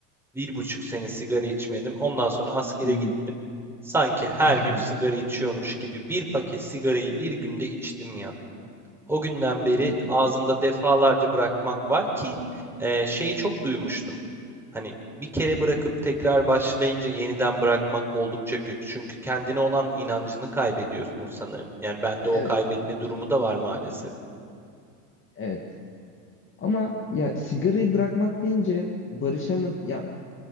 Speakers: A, in the centre; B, on the left (about 25°).
A: Bir buçuk sene sigara içmedim. Ondan sonra askere
B: Hı hı.
A: gittim. Sanki her
B: <laughs>
A: gün sigara içiyormuş gibi bir paket sigarayı bir günde içtim ya. O günden beri
B: Bir paket.
A: ağzımda defalarca bırakmak var ki e, şeyi çok duymuştum. Hani bir kere bırakıp tekrar başlayınca yeniden bırakmak oldukça güç. Çünkü kendine olan inancını kaybediyorsun sanırım. Yani bende o
B: Evet.
A: kaybetme durumu da var maalesef.
B: Evet. Ama ya sigarayı bırakmak deyince barışamadım. Yani,